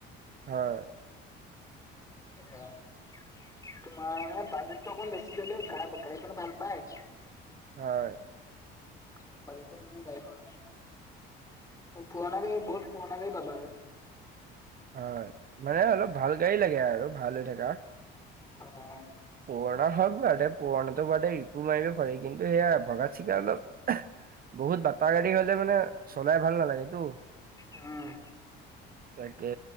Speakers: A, on the right; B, on the left.
A: হয়।
B: অহ ', তোমাৰে বাজেটটো অকমান বেছি গলে গা গাড়ীখন ভাল পায়।
A: হয়।
B: কোম্পালী মানে গাড়ীখন। পুৰণা গাড়ী বহুত পুৰণা গাড়ী পালা আৰু
A: হয় মানে অলপ ভাল গাড়ী লাগে আৰু ভাল হৈ থকা।
B: অ',
A: পুৰণা হওক বাটে পুৰণাটো বাটে ৰিপু মাৰিব পাৰে কিন্তু সেয়া ভগা চিকা অলপ বহুত বাটা গাড়ী হলে মানে চলাই ভাল নালাগে তো।
B: উম
A: তাকে